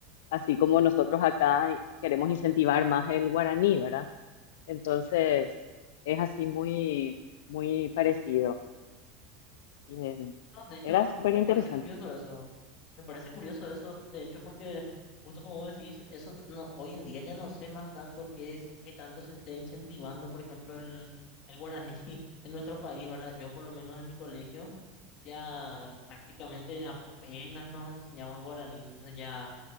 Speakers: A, on the left; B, on the left.
A: así como nosotros acá queremos incentivar más el guaraní, ¿verdad? Entonces, es así muy, muy parecido. Y, em,
B: No, de hecho,
A: era súper
B: me
A: interesante.
B: parece curioso eso. Me parece curioso eso, de hecho, porque justo como vos decís, eso no, hoy en día ya no sé más tanto qué es, qué tanto se esté incentivando, por ejemplo, el, el guaraní <laughs> en nuestro país, ¿verdad? Yo por lo menos en mi colegio ya prácticamente apenas nos enseñaban guaraní, entonces ya,